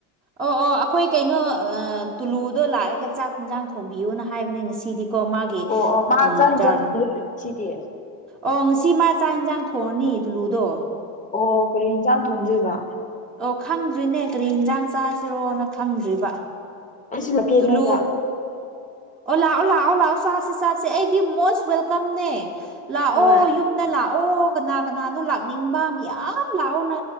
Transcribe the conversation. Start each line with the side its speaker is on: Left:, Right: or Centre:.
Right: ꯑꯣ ꯑꯣ ꯑꯩꯈꯣꯏ ꯀꯩꯅꯣ ꯇꯨꯂꯨꯗꯣ ꯂꯥꯛꯑꯒ ꯆꯥꯛ ꯏꯟꯖꯥꯡ ꯊꯣꯡꯕꯤꯌꯣꯅ ꯍꯥꯏꯕꯅꯦ ꯉꯁꯤꯗꯤ ꯀ ꯃꯥꯒꯤ
Left: ꯑꯣ ꯑꯣ ꯃꯥ
Right: ꯎꯝ
Left: ꯆꯥꯛ ꯌꯦꯟꯖꯥꯡ
Right: ꯆꯥꯟ
Left: ꯊꯣꯡꯗꯣꯏꯔ ꯉꯁꯤꯗꯤ
Right: ꯑꯣ ꯉꯁꯤ ꯇꯤ ꯃꯥ ꯆꯥꯛ ꯏꯟꯖꯥꯡ ꯊꯣꯡꯉꯅꯤ ꯇꯨꯂꯨꯗꯣ
Left: ꯑꯣ ꯀꯔꯤ ꯍꯟꯖꯥꯡ ꯊꯣꯡꯗꯨꯏꯕ
Right: ꯑꯣ ꯈꯪꯗ꯭ꯔꯤꯅꯦ ꯀꯔꯤ ꯍꯟꯖꯥꯡ ꯆꯥꯁꯤꯔꯣꯅ ꯈꯪꯗ꯭ꯔꯤꯕ
Left: ꯑꯩꯁꯨꯂꯛꯀꯦ
Right: ꯇꯨꯂꯨ
Left: ꯅꯣꯏꯗ
Right: ꯑꯣ ꯂꯥꯛꯑꯣ ꯂꯥꯛꯑꯣ ꯂꯥꯛꯑꯣ ꯆꯥꯁꯤ ꯆꯥꯁꯦ ꯑꯩꯗꯤ ꯃꯣꯁ ꯋꯦꯜꯀꯝꯅꯦ ꯂꯥꯛꯑꯣ
Left: ꯍꯣꯏ
Right: ꯌꯨꯝꯗ ꯂꯥꯛ ꯑꯣ ꯀꯅꯥ ꯀꯅꯥꯅꯣ ꯂꯥꯛꯅꯤꯡꯕ ꯃꯌꯥꯝ ꯂꯥꯛꯎꯅ